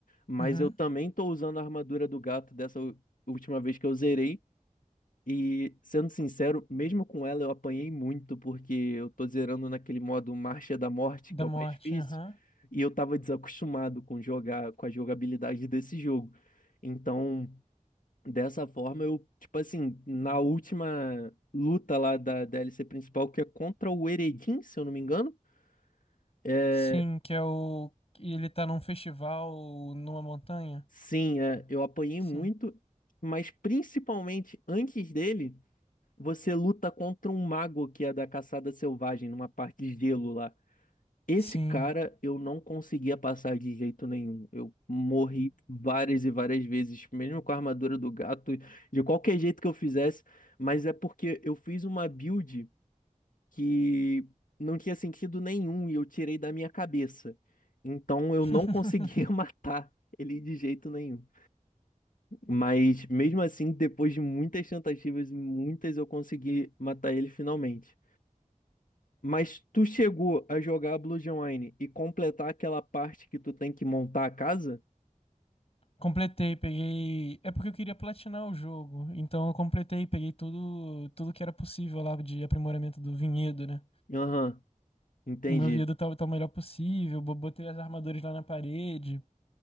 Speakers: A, on the left (about 80°); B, on the left (about 45°).
A: Mas
B: Uhum,
A: eu também tô usando a armadura do gato dessa u- última vez que eu zerei. E, sendo sincero, mesmo com ela eu apanhei muito, porque eu tô zerando naquele modo Marcha da Morte,
B: da
A: que é
B: morte,
A: o mais difícil,
B: aham.
A: e eu tava desacostumado com jogar, com a jogabilidade desse jogo. Então, dessa forma, eu, tipo assim, na última luta lá da DLC principal, que é contra o Eredin, se eu não me engano, é,
B: Sim, que é o. que Ele tá num festival numa montanha?
A: sim, é, eu apanhei
B: Sim.
A: muito, mas principalmente antes dele. Você luta contra um mago que é da caçada selvagem, numa parte de gelo lá. Esse
B: Sim.
A: cara eu não conseguia passar de jeito nenhum. Eu morri várias e várias vezes, mesmo com a armadura do gato, de qualquer jeito que eu fizesse. Mas é porque eu fiz uma build que não tinha sentido nenhum e eu tirei da minha cabeça. Então eu
B: <laughs>
A: não conseguia <laughs> matar ele de jeito nenhum. Mas mesmo assim, depois de muitas tentativas e muitas, eu consegui matar ele finalmente. Mas tu chegou a jogar Blue Online e completar aquela parte que tu tem que montar a casa?
B: Completei, peguei. É porque eu queria platinar o jogo. Então eu completei, peguei tudo, tudo que era possível lá de aprimoramento do vinhedo, né?
A: Aham, entendi.
B: O meu vinhedo tá, tá o melhor possível, bo- botei as armaduras lá na parede.